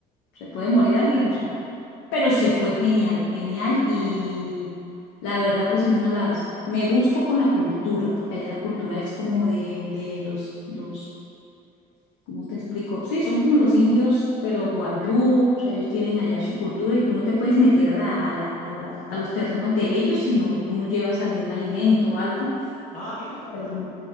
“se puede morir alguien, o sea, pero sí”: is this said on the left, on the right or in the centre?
Left